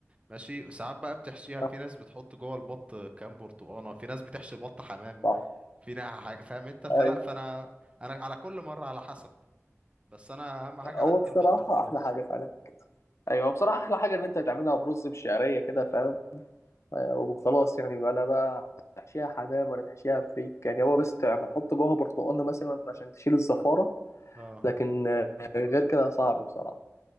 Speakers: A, on the right; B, on the left.
A: ماشي ساعات بقى بتحشيها
B: آه،
A: في ناس بتحط جوه البط كام برتقانه في ناس بتحشي البط حمام
B: صح
A: في ناس حاجة- فاهم انت فلا
B: ايوه
A: فانا انا على كل مره على حسب بس انا اهم حاجه
B: هو
A: عندي
B: بصراحه
A: البط وخلاص
B: احلى حاجه فعلا ايوه بصراحه احلى حاجه ان انت تعملها برز بشعريه كده فاهم آه، وخلاص يعني بقى لا بقى تحشيها حمام ولا تحشيها فريك يعني هو بس تعمل حط جواها برتقانه مثلا عشان تشيل الزفاره
A: اه
B: لكن آه، غير كده صعب بصراحة